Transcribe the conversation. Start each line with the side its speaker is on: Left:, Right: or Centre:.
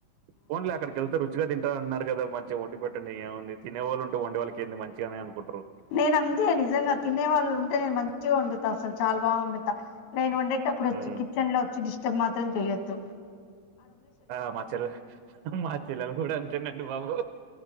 Right: పోనిలే అక్కడికి వెళ్తే రుచిగా తింటాన్నారు కదా మంచిగా ఒకటి పెట్టండి ఏముంది తినేళ్ళు ఉంటేండడిళ్ళకి ఏంది మంచిగానే అనుకుంటారు
Left: నేను అంతే నిజంగా తినే వాళ్ళు ఉంటే నేను మంచిగా వండుతా అసలు చాలా బాగా వండుతా నేను వండే అప్పుడు
Right: హ్మ్.
Left: వచ్చి కిచెన్ లో వచ్చి డిస్టర్బ్ మాత్రం చెయొద్దు
Right: ఆ మా చెల్ల మా చెల్లెలు కూడా అంటేనండి బాబు